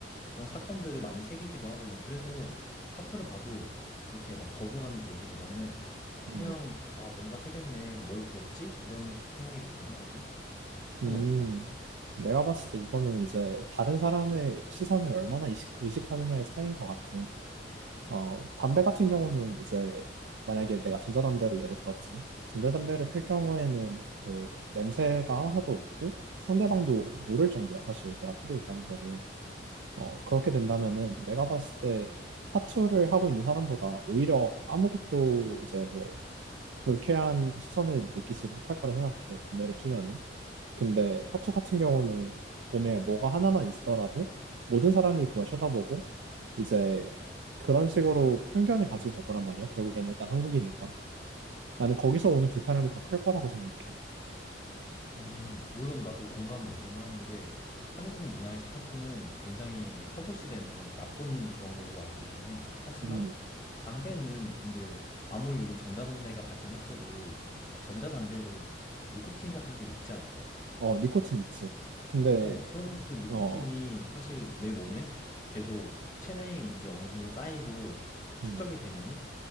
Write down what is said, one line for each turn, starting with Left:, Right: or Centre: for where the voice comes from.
Left: 그런 사건들을 많이 새기기도 하거든. 그래서 타투를 봐도 그렇게 막 거부감이 들기보다는 그냥
Right: 음.
Left: 아, 뭔가 새겼네. 뭘 그렸지? 이런 생각이 들긴 하거든. 그건
Right: 음,
Left: 어떻게 생각해?
Right: 내가 봤을 때 이거는 이제 다른 사람의 시선을 얼마나 의식, 의식하느냐의 차이인 것 같아. 어, 담배 같은 경우는 이제 만약에 내가 전자담배로 예를 들었지. 전자담배를 필 경우에는 그 냄새가 하나도 없고 상대방도 모를 정도야, 사실 내가 피고 있다는 거를. 어, 그렇게 된다면은 내가 봤을 때 타투를 하고 있는 사람보다 오히려 아무것도 이제 뭐 불쾌한 시선을 느끼지 못할 거라 생각해, 담배를 피면은. 근데 타투 같은 경우는 몸에 뭐가 하나만 있더라도 모든 사람이 그걸 쳐다보고 이제 그런 식으로 편견을 가지게 될 거란 말이야. 결국에는 일단 한국이니까. 나는 거기서 오는 불편함이 더 클 거라고 생각해.
Left: 음, 물론 나도 공감은 어느 정도 하는 게 한국 문화에서 타투는 굉장히 터부시되는 나쁜 그런 걸로 알고 있긴 해. 하지만
Right: 음,
Left: 담배는 근데 아무리 요즘 전자담배가 발전했어도 전자담배도 니코틴 같은 게 있지 않을까?
Right: 어, 니코틴 있지. 근데,
Left: 어, 그러면 그 니코틴이
Right: 어,
Left: 사실 내 몸에 계속 체내에 이제 어느 정도 쌓이고 축적이
Right: 음,
Left: 되면은